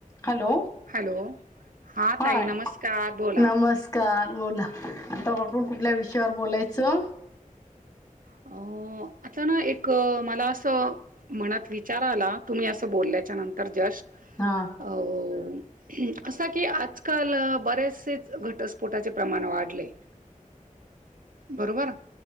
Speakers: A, on the left (about 25°); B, on the right (about 75°).
A: Hello,
B: hello हा
A: hi
B: ताई नमस्कार बोला
A: नमस्कार. बोला आता आपण कुठल्या विषयावर बोलायचं?
B: अ आता ना एक मला असं मनात विचार आला- तुम्ही असं बोलल्याच्यानंतर जस्ट-
A: हा
B: ् असं की आजकाल बरेचसेच घटस्फोटाचे प्रमाण वाढले.
A: <inaudible>
B: बरोबर